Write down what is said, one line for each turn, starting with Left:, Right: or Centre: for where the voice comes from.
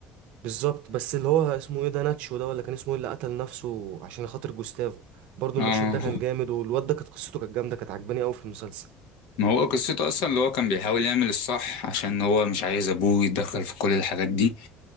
Right: بالظبط بس اللي هو اسمه ايه ده ناتشو ده ولا كان اسمه ايه اللي قتل نفسه عشان خاطر جوستافو برضو
Left: اه
Right: المشهد ده كان جامد والواد ده كانت قصته كانت جامده كانت عجباني قوي في المسلسل
Left: ما هو قصته اصلا اللي هو كان بيحاول يعمل الصح عشان هو مش عايز ابوه يتدخل في كل الحاجات دي